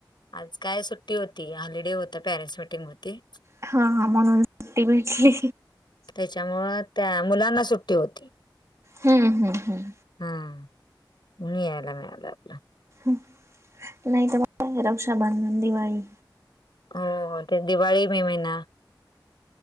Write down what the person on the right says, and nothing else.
हा हा म्हणून सुट्टी भेटली
हम्म हम्म हम्
नाही तर का रक्षा बंधन, दिवाळी